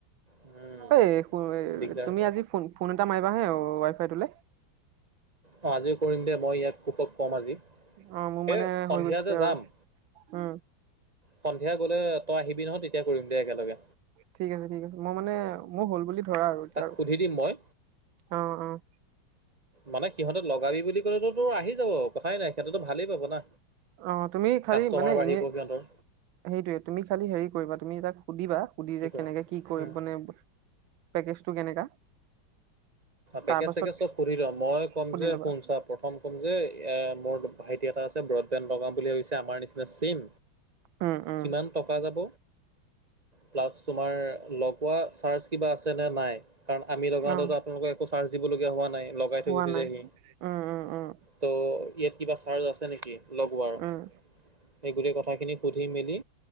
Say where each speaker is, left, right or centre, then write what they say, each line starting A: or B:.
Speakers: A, on the right (about 30°); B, on the right (about 75°).
A: উম
B: এ <unintelligible>
A: দিগদাৰ
B: তুমি
A: হ'ব
B: আজি ফোন-ফোন এটা মাৰিবা হা ৱাইফাইটোলে
A: অ, আজিও কৰিম দে মই ইয়াক কুষক কম আজি,
B: অ মোৰ মানে
A: এই সন্ধিয়া
B: হৈ গৈছে
A: যে
B: আৰু
A: যাম
B: উম।
A: সন্ধিয়া গ'লে তই আহিবি নহয় তেতিয়া কৰিম দে একেলগে
B: ঠিক আছে ঠিক আছে, মই মানে মোৰ হ'ল বুলি ধৰ আৰু এয়া
A: তাক
B: আৰু
A: সুধি দিম মই
B: অ' অ'
A: মানে সিহঁতক লগাবি বুলি ক'লেতো তোৰ আহি যাব। সিহ'তেটো ভালেই পাব না।
B: অ' তুমি খালি
A: কাষ্টমাৰ
B: মানে
A: বাঢ়িব
B: এনে
A: সিহঁতৰ
B: সেইটোয়ে তুমি খালি হেৰি কৰিবা, তুমি তাক সুধিবা সুধি
A: কি
B: যে
A: কৰে
B: কেনেকৈ কি কৰি
A: উম,
B: মানে পেকেজটো কেনেকা
A: পেকেজ
B: তাৰ পাছত
A: চেকেজ চব সুধি লওঁ। মই ক'ম
B: সুধি
A: যে
B: ল'বা
A: শুন ছা প্ৰথম ক'ম যে এ মোৰ ভাইটি এটা আছে ব্ৰডবেণ্ড লগাম বুলি ভাবিছে আমাৰ নিচিনা চেম,
B: উম উম
A: কিমান টকা যাব প্লা তোমাৰ লগোৱা চাৰ্জ কিবা আছে নে নাই, কাৰণ আমি লগা
B: অ
A: আপোনালোকৰ একো চাৰ্জ দিব লগিয়া হোৱা নাই, লগাই থৈ
B: হোৱা
A: গুচি
B: নাই
A: যায়হি।
B: উম উম উম
A: ত' ইয়াত কিবা চাৰ্জ আছে নেকি লগোৱাৰ,
B: উম
A: সেই গোটেই কথাখিনি সুধি মেলি